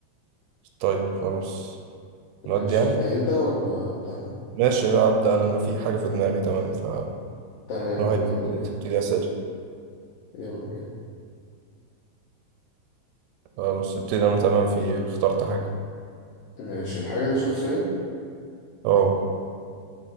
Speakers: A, on the right (about 80°); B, on the left (about 80°).
A: طيب خلاص نودي
B: ماشي
A: يعني
B: تبدا انت ولا ابدا انا
A: ماشي أبدأ أنا أنا في حاجة في دماغي تمام ف
B: تمام
A: لو عايز
B: يلا بينا
A: تبتدي أسئلة
B: يلا بينا
A: خلاص ابتدي أنا تمام في اخترت حاجة
B: ماشي الحاجه دي شخصيه
A: اه